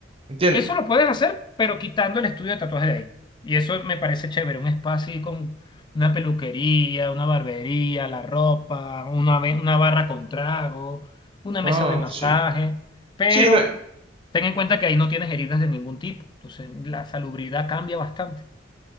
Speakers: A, on the right; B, on the left.
A: ¿Entiendes?
B: Eso lo puedes hacer, pero quitando el estudio de tatuajes de ahí. Y eso me parece chévere, un espacio así con una peluquería, una barbería, la ropa, una, ve- una barra con trago, una mesa
A: Ah,
B: de masaje.
A: sí.
B: Pero
A: Sí, no es-
B: ten en cuenta que ahí no tienes heridas de ningún tipo. Entonces la salubridad cambia bastante.